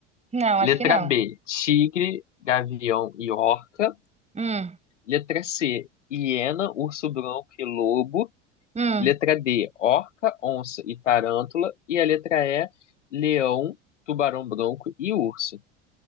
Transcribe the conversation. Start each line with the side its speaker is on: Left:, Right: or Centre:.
Right: Não, acho
Left: Letra
Right: que não.
Left: B, tigre, gavião e orca.
Right: Hum,
Left: Letra C, hiena, urso branco e lobo.
Right: hum.
Left: Letra D, orca, onça e tarântula. E a letra E, leão, tubarão branco e urso.